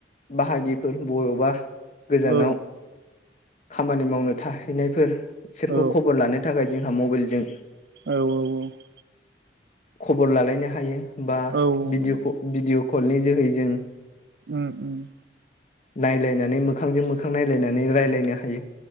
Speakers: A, on the left (about 40°); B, on the right (about 60°).
A: बाहागिफोर बय'बा गोजानाव
B: औ
A: खामानि मावनो थाहैनायफोर बिसोरखौ
B: औ
A: खबर लानो थाखाय जोंहा मबाइलजों
B: औ औ औ
A: खबर लालायनो हायो बा
B: औ
A: भिदिअ
B: नंगौ
A: भिडिअ' कलनि जोहै जों
B: उम उम
A: नायलायनानै मोखांजों मोखां नायलायनानै रायज्लायनो हायो